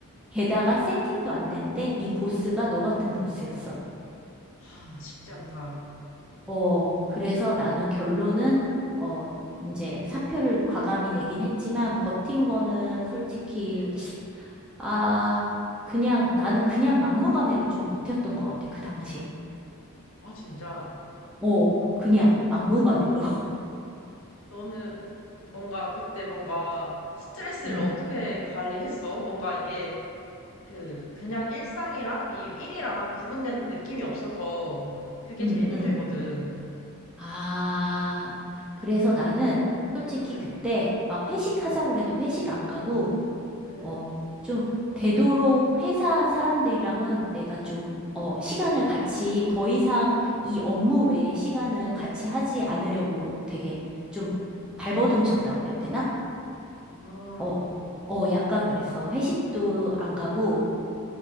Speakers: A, in the centre; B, on the left.
A: 게다가 세팅도 안 됐는데 이 보스가 너 같은 보스였어.
B: 아, 쉽지 않다.
A: 어, 그래서 나는 결론은, 어, 이제 사표를 과감히 내긴 했지만 버틴 거는 솔직히
B: 응.
A: 아, 그냥, 나는 그냥 막무가내로 좀 버텼던 것 같아, 그 당시에.
B: 아, 진짜.
A: 어,
B: 그,
A: 그냥 막무가내로. <laughs>
B: 너는 뭔가 그때 뭔가 스트레스를
A: 음,
B: 어떻게 관리했어? 뭔가 이게 그, 그냥 일상이랑 이 일이랑 구분되는 느낌이 없어서 그게
A: 음,
B: 제일
A: 음.
B: 힘들거든.
A: 아, 그래서 나는 솔직히
B: 응,
A: 그때 막 회식하자고
B: 응,
A: 그래도 회식 안 가고,
B: 응.
A: 어, 좀 되도록 회사 사람들이랑은 내가 좀, 어, 시간을 같이 더 이상 이 업무 외에 시간은 같이 하지 않으려고 되게 좀 발버둥 쳤다고 그래야 되나?
B: 아,
A: 어, 어, 약간 그랬어. 회식도 안 가고,
B: 응.